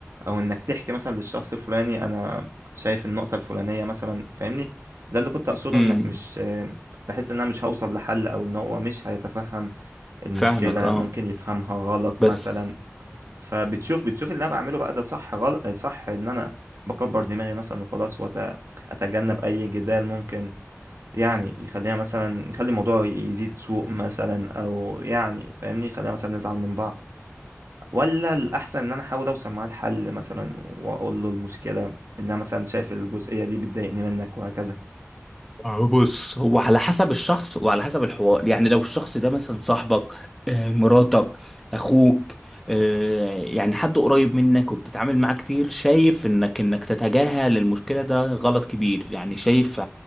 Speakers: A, on the right; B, in the centre.
A: او انك تحكي مثلا للشخص الفلاني انا شايف النقطة الفلانية مثلا فاهمني ده اللي كنت اقصده
B: امم
A: انك مش بحس ان انا مش هوصل لحل او ان هو مش هيتفهم المشكلة
B: فاهمك اه
A: ممكن يفهمها غلط
B: بس
A: مثلا فبتشوف بتشوف اللي انا بعمله بقى ده صح غلط صح ان انا بكبر دماغي مثلا وخلاص واتجنب اي جدال ممكن يعني يخلينا مثلا يخلي الموضوع يزيد سوء مثلا او يعني فاهمني يخلينا مثلا نزعل من بعض ولا الأحسن إن أنا أحاول أوصل معاه لحل مثلا وأقول له المشكلة إن أنا مثلا شايف الجزئية دي بتضايقني منك وهكذا
B: آه، بص هو على حسب الشخص وعلى حسب الحوار يعني لو الشخص ده مثلا صاحبك آه، مراتك اخوك آه، يعني حد قريب منك وبتتعامل معاه كتير شايف انك انك تتجاهل المشكلة ده غلط كبير يعني شايف